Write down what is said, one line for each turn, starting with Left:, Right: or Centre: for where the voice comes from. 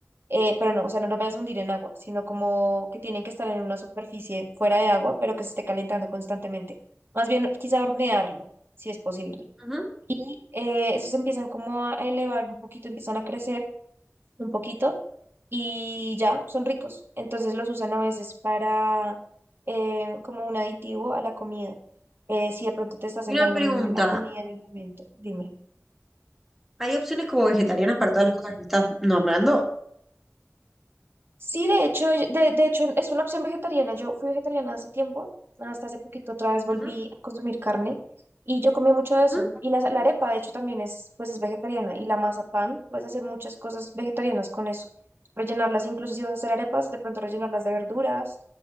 Right: eh, pero no, o sea, no lo vas a hundir en agua, sino como que tienen que estar en una superficie fuera de agua, pero que se esté calentando constantemente. Más bien, quizá hornearlo, si es posible.
Centre: ujú.
Right: Y eh, esos empiezan como a elevar un poquito, empiezan a crecer un poquito y ya son ricos. Entonces los usan a veces para eh, como un aditivo a la comida. Eh, si de pronto te está sentando
Centre: Y una pregunta,
Right: muy mal la comida en el momento, dime.
Centre: ¿hay opciones como vegetarianas para todas las cosas que me estás nombrando?
Right: Sí, de hecho, eh, de, de hecho es una opción vegetariana. Yo fui vegetariana hace tiempo, hasta hace poquito otra vez volví
Centre: Ujú,
Right: a consumir carne y yo comí mucho de
Centre: ujú.
Right: eso. Y la, la arepa, de hecho, también es, pues, es vegetariana y la mazapán, puedes hacer muchas cosas vegetarianas con eso. Rellenarlas, incluso si vas a hacer arepas, de pronto rellenarlas de verduras,